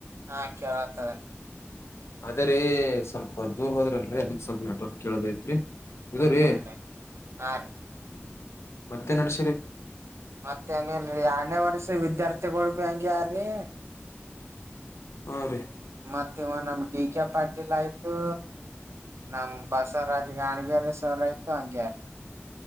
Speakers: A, on the right (about 75°); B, on the left (about 70°).
A: ಹಾ ಕೇಳತದ ರಿ.
B: ಅದೇ ರಿ ಸ್ವಲ್ಪ ದೂರ್ ಹೋದ್ರಲ್ರಿ ಅದಕ್ ಸ್ವಲ್ಪ ನೆಟ್ವರ್ಕ್ ಕೇಳಲ್ ಹೋಯ್ತ್ರಿ. ಇದು ರೀ
A: ಹೌದ್ರಿ ಹಾ ರೀ
B: ಮತ್ತೇನ್ ನಡ್ಸಿರಿ.
A: ಮತ್ತ ಏನಿಲ್ರಿ ಯಾಡ್ನೆ ವರ್ಷದ ವಿದ್ಯಾರ್ಥಿಗಳು ಬಿ ಹಂಗೆ ಹಾರೀ
B: ಹಾ ರೀ.
A: ಮತ್ತ ಇವ ನಮ್ ಡಿ ಕೆ ಪಾಟೀಲ್ ಆಯ್ತು ನಮ್ ಬಸವರಾಜ್ ಗಾಣಿಗೇರಿ ಸರ್ ಆಯ್ತು ಹಂಗೆ ಹಾರ್.